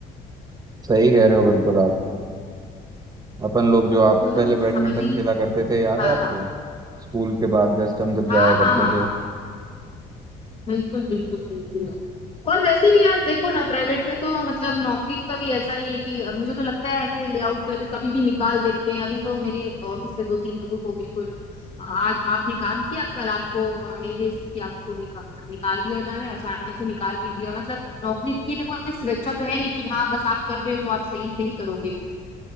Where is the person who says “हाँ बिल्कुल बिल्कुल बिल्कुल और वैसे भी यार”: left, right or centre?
Left